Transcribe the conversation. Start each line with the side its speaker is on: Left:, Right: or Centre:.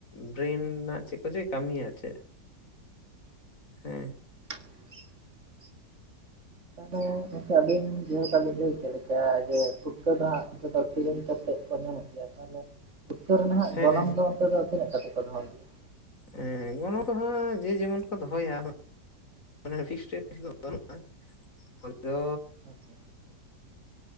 Left: ᱵᱨᱮᱱ ᱨᱮᱱᱟᱜ ᱪᱮᱫ ᱠᱚ ᱪᱚᱭ ᱠᱟᱹᱢᱤᱭᱟ ᱟᱨ ᱪᱮᱫ ᱦᱮᱸ᱾
Right: <inaudible> ᱛᱟᱦᱚᱞᱮ ᱜᱚᱝᱠᱮ ᱟᱹᱵᱤᱱ ᱡᱮ ᱞᱮᱠᱟ ᱵᱤᱱ ᱞᱟᱹᱭ ᱠᱮᱫ ᱞᱮᱠᱟ ᱡᱮ ᱯᱷᱩᱴᱠᱟᱹ ᱫᱚ ᱦᱟᱸᱜ ᱩᱱᱠᱩ ᱫᱚ ᱠᱤᱨᱤᱧ ᱠᱟᱛᱮᱜ ᱠᱚ ᱧᱟᱢᱚᱜ ᱜᱮᱭᱟ ᱛᱟᱦᱚᱞᱮ ᱯᱩᱴᱠᱟᱹ ᱨᱮ ᱱᱟᱦᱟᱜ
Left: ᱦᱮᱸ
Right: ᱜᱚᱱᱚᱝ
Left: ᱦᱮᱸ
Right: ᱫᱚ ᱚᱱᱛᱮ ᱫᱚ ᱛᱤᱱᱟᱹᱜ ᱠᱟᱛᱮ ᱠᱚ ᱫᱚᱦᱚ ᱜᱮᱭᱟ?
Left: ᱦᱮᱸ ᱜᱚᱱᱚᱝ ᱫᱚ ᱦᱟᱸ ᱡᱮ ᱡᱮᱢᱚᱱ ᱠᱚ ᱫᱚᱦᱚᱭᱟ᱾ ᱚᱱᱟ ᱯᱷᱤᱠᱥ ᱨᱮᱴ ᱫᱚ ᱵᱟᱹᱱᱩᱜᱼᱟ ᱚᱱᱟ ᱫᱚ
Right: ᱟᱪᱪᱷᱟ